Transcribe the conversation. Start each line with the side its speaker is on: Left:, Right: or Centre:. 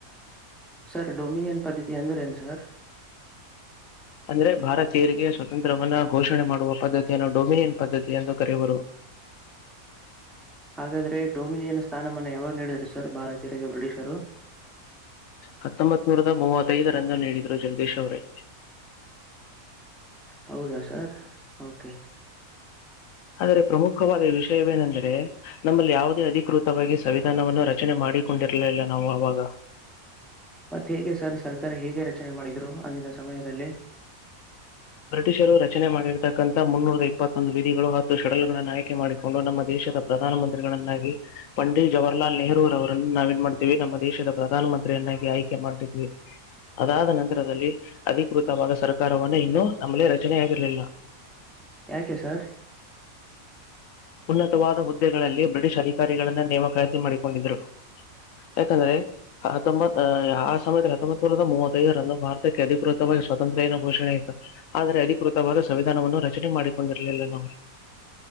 Centre: ಸರ್ ಡೊಮಿನಿಯನ್ ಪದ್ಧತಿ ಅಂದರುನು ಸರ್
Left: ಅಂದ್ರೆ ಭಾರತೀಯರಿಗೆ ಸ್ವಾತಂತ್ರವನ್ನ ಘೋಷಣೆ ಮಾಡುವ ಪದ್ಧತಿಯನ್ನು ಡೊಮಿನಿಯನ್ ಪದ್ಧತಿ ಎಂದು ಕರೆಯುವರು
Centre: ಹಾಗಾದ್ರೆ ಡೊಮಿನಿಯನ್ ಸ್ಥಾನಮಾನ ಯಾವಾಗ ನೀಡಿದ್ರ ಸರ್ ಭಾರತೀಯರಿಗೆ ಬ್ರಿಟಿಷರು
Left: ಹತ್ತೊಂಬತ್ ನೂರದ ಮೂವತ್ತೈದು ರನ್ ನೀ ಇದು ಜಗದೀಶ್ ಅವರೇ
Centre: ಹೌದಾ ಸರ್ ಓಕೆ
Left: ಆದರೆ ಪ್ರಮುಖವಾದ ವಿಷಯವೇನೆಂದ್ರೆ ನಮ್ಮಲ್ಲಿ ಯಾವುದೇ ಅಧಿಕೃತಿ ಸಂವಿಧಾನವನ್ನು ರಚನೆ ಮಾಡಿಕೊಂಡಿರ್ಲಲಿಲ್ಲ ನಾವು ಅವಾಗ
Centre: ಮತ್ತ್ತತ್ ಹೇಗೆ ಸರ್ ಸರ್ ತರ ಹೇಗೆ ರಚನೆ ಮಾಡಿದ್ರು ಅಂದಿನ ಸಮಯದಲ್ಲಿ
Left: ಬ್ರಿಟಿಷರು ರಚನೆ ಮಾಡಿರೆ ಇರ್ತಕ್ಕಂತಥ ಮುನ್ನೂರ ಇಪ್ಪತ್ತೊಂದು ವಿಧಿಗಳು ಹಾಗೂ ಶಡಲ್ ಗಳನ್ನು ಆಯ್ಕೆ ಮಾಡಿಕೊಂಡು ನಮ್ಮ ದೇಶದ ಪ್ರಧಾನಮಂತ್ರಿಗಳನ್ನಾಗಿ ಪಂಡಿತ್ ಜವಾಹರ್ಲಾಲ್ ನೆಹರುೂ ಅವರನ್ನ ನಾವ ಏನ್ ಮಾಡ್ತೀವಿ ನಮ್ಮ ದೇಶದ ಪ್ರಧಾನಮಂತ್ರಿ ಪ್ರೇನಾಗಿ ಆಯ್ಕೆ ಮಾಡಿದ್ವಿ ಅದಾದ ನಂತರದಲ್ಲಿ ಅಧಿಕೃತವಾದ ಸರ್ಕಾರ ಕಾರವನ್ನು ಇನ್ನು ನಮ್ಮಳೇ ರಚನೆ ಆಕರಲಲ್ಲ
Centre: ಯಾಕೆ ಸರ್
Left: ಉನ್ನತವಾದ ಹುದ್ದೆಗಳಲ್ಲಿ ಬ್ರಿಟಿಷ್ ಅಧಿಕಾರಿಗಳನ್ನ ನೇಮಕಾತಿ ಮಾಡಿಕೊಂಡಿದ್ರು ಯಾಕಂದ್ರೆ ಹತ್ತೊಂಬತ್ ಅ ಆ ಸಮಯ ಹತ್ತೊಂಬತ್ ನೂರದ ಮೂವತ್ತು ಕ ಅ ಭಾರತ ಕೇಕೃ ಸ್ವಾತಂತ್ರ ಏನ ಘೋಷಣೆ ಆಯಿತು ಆದ್ರರೆ ಅಧಿಕೃತವಾದ ಸಂವಿಧಾನವನ್ನು ರಚನೆ ಮಾಡಿಕೊಂಡಿರಲಿಲ್ಲ ನಾವು